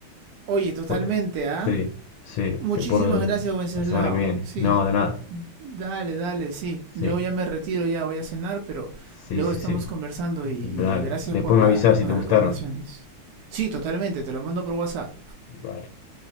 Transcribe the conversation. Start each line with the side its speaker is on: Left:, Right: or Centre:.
Right: Oye, totalmente,
Left: Pues,
Right: ¿ah?
Left: sí, sí,
Right: Muchísimas
Left: te puedo
Right: gracias, Wenceslao.
Left: la semana que viene.
Right: Sí,
Left: No, de nada.
Right: dale, dale, sí. Yo
Left: Sí,
Right: ya me retiro, ya voy a cenar, pero
Left: sí,
Right: luego
Left: sí,
Right: estamos
Left: sí.
Right: conversando
Left: Dale.
Right: y, y gracias
Left: Después
Right: por la,
Left: me avisas si
Right: por
Left: te
Right: las
Left: gustaron.
Right: recomendaciones. Sí, totalmente, te lo mando por WhatsApp.
Left: Vale.